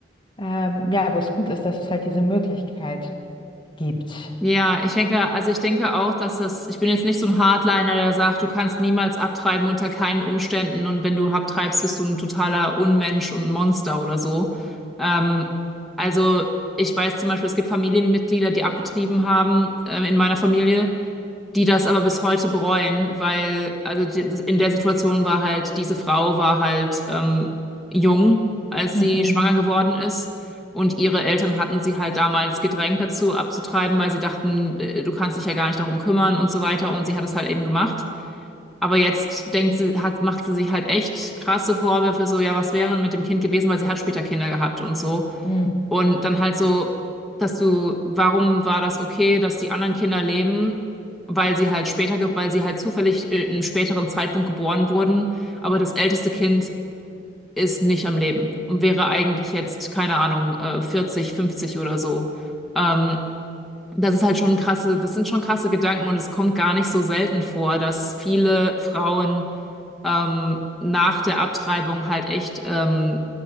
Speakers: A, on the left (about 25°); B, in the centre.
A: ähm, ja, wo es gut ist, dass es halt diese Möglichkeit gibt.
B: Ja, ich denke, also ich denke auch, dass das, ich bin jetzt nicht so ein Hardliner, der sagt, du kannst niemals abtreiben unter keinen Umständen und wenn du abtreibst, bist du ein totaler Unmensch und ein Monster oder so. Ähm, also ich weiß zum Beispiel, es gibt Familienmitglieder, die abgetrieben haben, ähm, in meiner Familie. die das aber bis heute bereuen, weil, also die, in der Situation war halt, diese Frau war halt ähm, jung, als
A: Mhm.
B: sie schwanger geworden ist. Und ihre Eltern hatten sie halt damals gedrängt dazu abzutreiben, weil sie dachten, äh, du kannst dich ja gar nicht darum kümmern und so weiter. Und sie hat es halt eben gemacht. Aber jetzt denkt sie, hat, macht sie sich halt echt krasse Vorwürfe, so, ja, was wäre denn mit dem Kind gewesen, weil sie hat später Kinder gehabt und so.
A: Mhm.
B: Und dann halt so, dass du, warum war das okay, dass die anderen Kinder leben? Weil sie halt später, ge- weil sie halt zufällig äh, in einem späteren Zeitpunkt geboren wurden, aber das älteste Kind ist nicht am Leben und wäre eigentlich jetzt, keine Ahnung, äh, 40, 50 oder so. Ähm, das ist halt schon krasse, das sind schon krasse Gedanken und es kommt gar nicht so selten vor, dass viele Frauen ähm, nach der Abtreibung halt echt ähm,